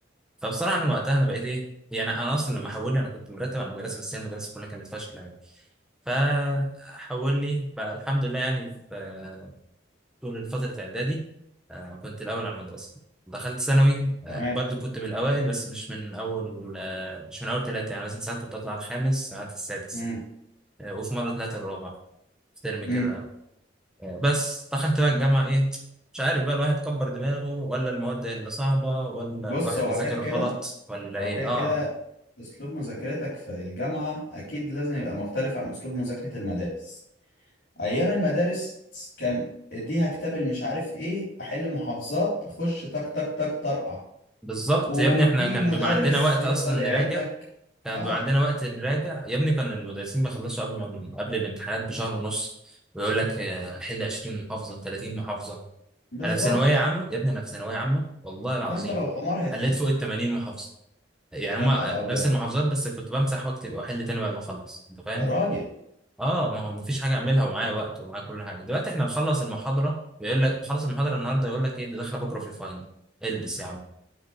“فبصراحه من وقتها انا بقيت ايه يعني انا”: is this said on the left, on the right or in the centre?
Centre